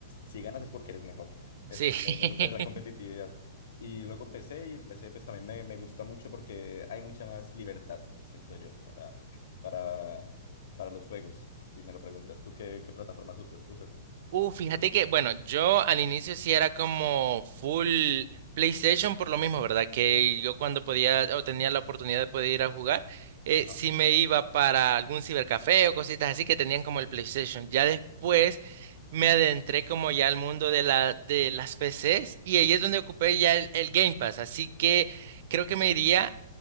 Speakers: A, on the left; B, on the right.
A: si ganas es porque eres mejor, es,
B: sí. <laughs>
A: me, me gusta la competitividad. Y luego PC y el PC pues también me, me gusta mucho porque hay mucha más libertad, siento yo, para, para, para los juegos, si me lo preguntas. ¿Tú qué, qué plataformas usas?
B: Uh, fíjate que, bueno, yo al inicio sí era como full PlayStation por lo mismo, ¿verdad? Que yo cuando podía o tenía la oportunidad de poder ir a jugar, eh,
A: Ajá,
B: sí me iba para algún cibercafé o cositas así que tenían como el PlayStation. Ya después me adentré como ya al mundo de la, de las PCs y ahí es donde ocupé ya el, el Game Pass. Así que creo que me iría